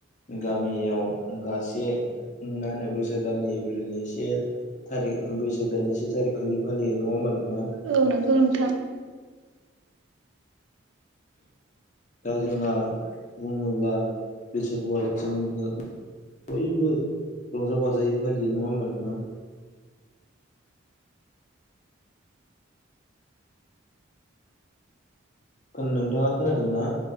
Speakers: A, on the left; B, on the right.
A: गामियाव गासे मा होनो बैसाग दाननि एप्रिलनि से थारिख बैसाग दाननि से थारिख खालि फालियो नङा होनबा नोंथां
B: औ नंगौ नोंथां <inaudible>
A: दा जोंहा बुङोब्ला बैसागुआ जोंनो बयबो रंजा बाजायै फालियो नङा होमबा नोंथां नोंथाङा खोनादों ना